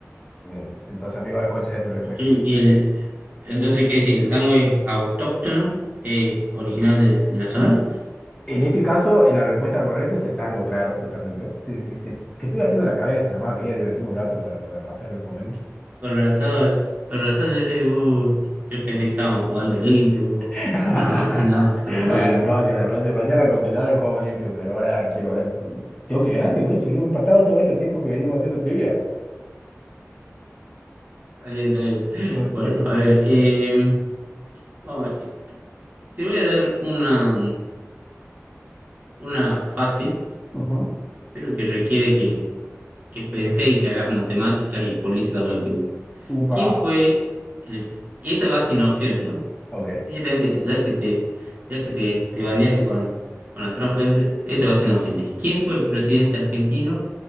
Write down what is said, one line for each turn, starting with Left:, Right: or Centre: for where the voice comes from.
Left: Eh, Entonces, amigo, ¿cuál sería tu respuesta?
Right: ¿Y, y el, entonces, ¿qué decir? ¿El tango es autóctono, eh, original de, de la zona?
Left: En este caso, eh, la respuesta correcta es el tango, claro, justamente. Sí, sí, te, te estuve haciendo la cabeza, nada más, quería divertirme un rato para, para pasar el momento.
Right: Con razón, con razón, yo, decía, "Uh, yo pensé que estábamos jugando limpio, Hugo".
Left: <laughs>
Right: No, así no, pero bueno,
Left: Bueno, la próxima, la próxima. Mañana contestado y jugamos limpio, pero ahora quiero ver. Tengo que ganarte, boludo. Si venimos empatados todo este tiempo que venimos haciendo trivia.
Right: está bien, está bien.
Left: Mm,
Right: Bueno,
Left: Te toca.
Right: a ver, eh, vamos, eh, te te voy a dar una, una fácil,
Left: Ujú.
Right: pero que requiere que, que penséis y que hagas matemáticas y política al mismo tiempo.
Left: Upa.
Right: ¿Quién fue el... Y esta va sin opciones, ¿no?
Left: Ok.
Right: Directamente, ya que te, ya que te, te bandeaste con, con la trampa, este- esta va sin opciones. ¿Quién fue el presidente argentino